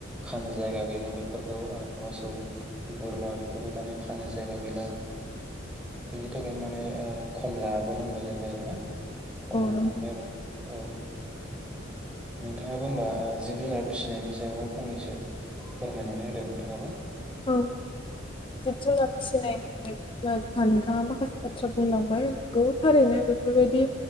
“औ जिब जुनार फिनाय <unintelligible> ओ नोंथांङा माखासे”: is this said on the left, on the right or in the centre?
Left